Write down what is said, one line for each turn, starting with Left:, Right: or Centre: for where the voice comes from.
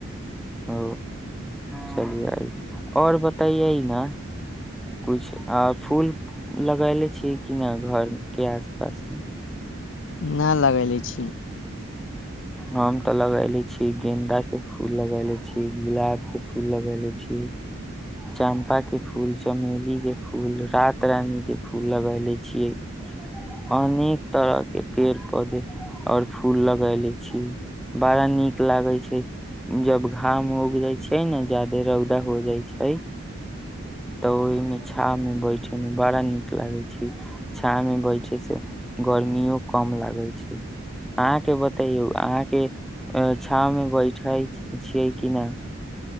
Centre: ओ चलि जाइ आओर बताइए ने किछ आप फूल लगले छी कि न घर के आस पास मे
Left: न लगले छिय
Centre: हम तऽ लगले छी गेंन्दा फूल लगेले छी गुलाब के फू फूल लग ले छी च्पा की फूल छै चमेली के फूल रात रानी के फूल फूल लगाय ले छीियै अनेक तरह के पेड़ पौधे और फूल लगाय ले छीिय बड़ा नीक लागे छै जब घाम उग जाय छै ने जा्यदे रौदा हो जाय छै ह तऽ ओहिमे छा मे बैठे मे बड़ा नीक लागे छै छाव में बैठे से गर्मियो कम लागे छै अहाँ के बतैयौ अहाँ के छा में बैठे छियै कि ने